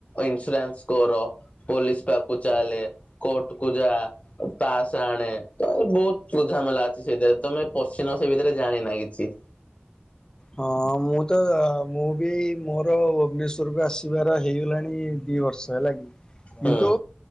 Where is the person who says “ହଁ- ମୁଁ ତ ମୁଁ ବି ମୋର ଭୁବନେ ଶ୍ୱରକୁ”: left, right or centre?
Left